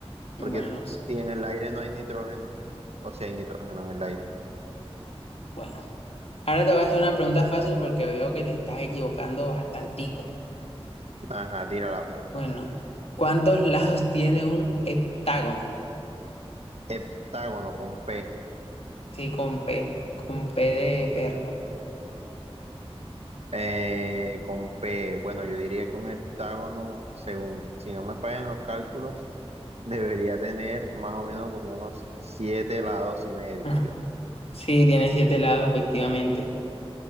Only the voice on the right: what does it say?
Porque
si en el aire no hay nitrógeno, o si hay nitrógeno en el aire.
Ajá, tírala, pues,
a ver.
Heptágono con P.
Eh, con P. Bueno, yo diría que un heptágono, según, si no me fallan los cálculos, <laughs> debería tener más o menos como unos siete lados y medio.